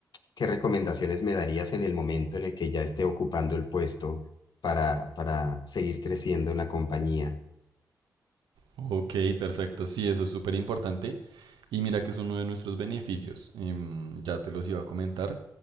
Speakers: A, on the left; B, on the right.
A: ¿Qué recomendaciones me darías en el momento en el que ya esté ocupando el puesto para, para seguir creciendo en la compañía?
B: Ok, perfecto. Sí, eso es súper importante. Y mira que es uno de nuestros beneficios. Em, ya te los iba a comentar.